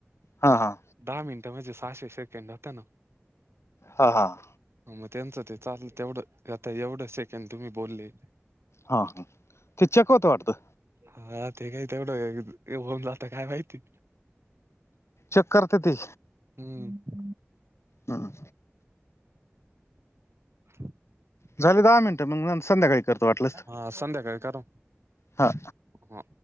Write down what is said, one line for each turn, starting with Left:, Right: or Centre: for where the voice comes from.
Left: हा हा
Right: दहा मिनटे म्हणजे, सहाशे सेकंड होता ना.
Left: ह, हां.
Right: मग त्यांचं ते चाललं, तेवढं, आता एवढं सेकंड तुम्ही बोलले
Left: हा, हा. ते चेक होत वाटतं.
Right: हा, ते काही तेवढं होऊन जातं काय माहिती.
Left: चेक करत्याती.
Right: हम्म.
Left: हम्म
Right: <unintelligible>
Left: झाले दहा मिनिट मग संध्याकाळी करतो वाटलस
Right: हा संध्याकाळी करा
Left: हा.
Right: हा